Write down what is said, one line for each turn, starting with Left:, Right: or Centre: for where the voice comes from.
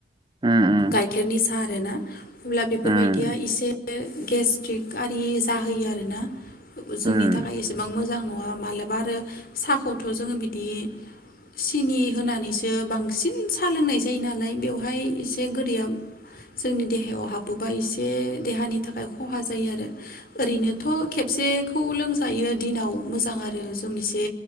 Right: उम
Left: गायखेरनि सा <unintelligible> अब्ला बेफोरबायदिया
Right: उम
Left: इसे गेस्ट्रिक आरि जाहोयो आरो ना। जोंनि
Right: उम
Left: थाखाय एसेबां मोजां न माबा आरो साहाखौथ जों बि बिदि सिनि होनानैसो बांसिन साहा लोंनाय जायो नालाय बेवहाय एसे गोदैया जोंनि देहायाव हाबोबा एसे देहानि थाखाय खहा जायो आरो ओरैनोथ' खेबसेखौ लोंजायो दिनाव मोजां आरो जों एसे